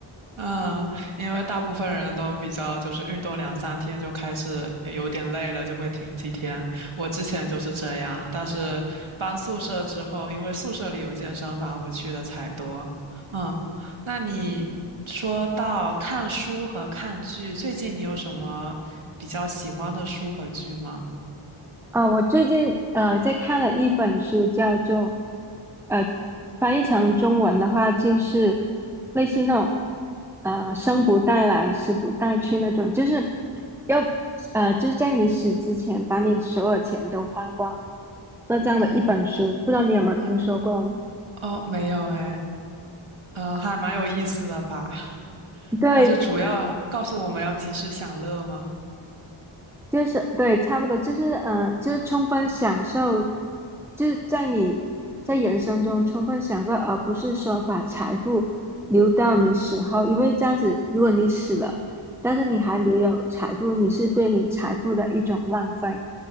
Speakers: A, on the right; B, in the centre.
A: 嗯，因为大部分人都比较就是运动两三天就开始有点累了，就会停几天。我之前就是这样，但是搬宿舍之后，因为宿舍里有健身房，我去的才多。嗯，那你说到看书和看剧，最近你有什么比较喜欢的书和剧吗？
B: <laughs> 啊、我最近呃在看了一本书，叫做呃翻译成中文的话就是类似那种呃生不带来死不带去那种，就是要呃就是在你死之前把你所有钱都花光，那这样的一本书，
A: 嗯
B: 不知道你有没有听说过？
A: 嗯哦，没有诶。呃，还蛮有意思的吧？
B: 对，
A: 它是主要告诉我们要及时享乐吗？
B: 就是对，差不多就是呃，就是充分享受，就是在你在人生中充分享受，而不是说把财富留到你死后，因为这样子，如果你死了，但是你还留有财富，你是对你财富的一种浪费。